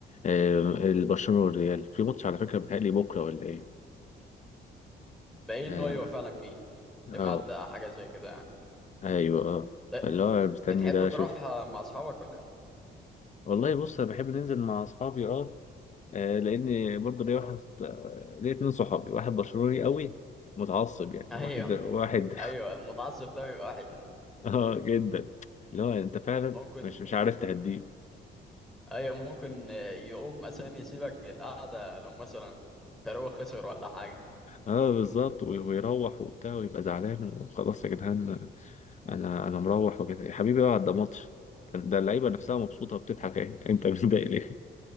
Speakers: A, on the left (about 35°); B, in the centre.
A: آه، البرشلونة والريال في ماتش على فكرة بيتهيألي بكرة ولا ايه
B: باين
A: اه
B: انه ايوه فعلا فيه سمعت
A: آه،
B: حاجه زي كده يعني
A: ايوه اه
B: ب-
A: فاللي هو مستني
B: بتحب
A: ده اشوفه
B: تروح مع اصحابك ولا <laughs> إيه؟
A: والله بص انا بحب ننزل مع اصحابي اه آه، لان برضه ليا واحد آه، ليا اتنين صحابي واحد برشلوني قوي متعصب يعني
B: ايوه
A: واحد واحد
B: ايوه المتعصب ده بيبقى وحش
A: <laughs> اه جدا اللي هو انت فعلا
B: ممكن
A: مش مش عارف تهديه
B: ايوه ممكن يقوم عشان يسيبك من القعده لو مثلا فريقه خسر ولا حاجه
A: اه بالظبط و- ويروح وبتاع ويبقى زعلان خلاص يا جدعان انا انا مروح وكده يا حبيبي اقعد ده ماتش ده اللعيبه نفسها مبسوطه وبتضحك اهي انت متضايق ليه